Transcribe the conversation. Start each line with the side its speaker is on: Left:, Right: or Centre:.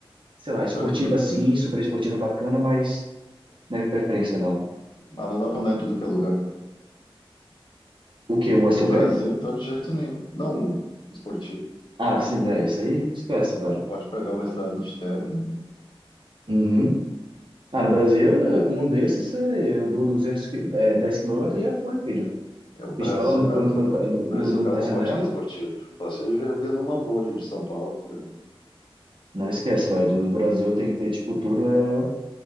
Right: sei lá,
Left: É,
Right: esportiva
Left: serve para tudo.
Right: sim, super esportiva é bacana, mas não é minha preferência, não.
Left: Mas não dá para andar em tudo que é lugar. né?
Right: O quê? O
Left: No
Right: SUV?
Left: Brasil, então, de jeito nenhum. Não, o esportivo.
Right: Ah, sim, é isso aí. Esquece, velho.
Left: Não pode pegar uma estrada de terra. nenhum.
Right: Uhum. Ah, no Brasil, eu- com um desses, é, eu dou 200, qui- é, 10 quilômetros já foi, filho.
Left: É o Brasil,
Right: Pistola no
Left: o cara
Right: canto
Left: não.
Right: da,
Left: o
Right: ca- do, no,
Left: Brasil,
Right: no-
Left: o cara
Right: na
Left: não
Right: janela.
Left: pode ter esportivo. Só se ele viver numa bolha de São Paulo. né?
Right: Não esquece, velho. Do Brasil tem que ter, tipo, tudo é.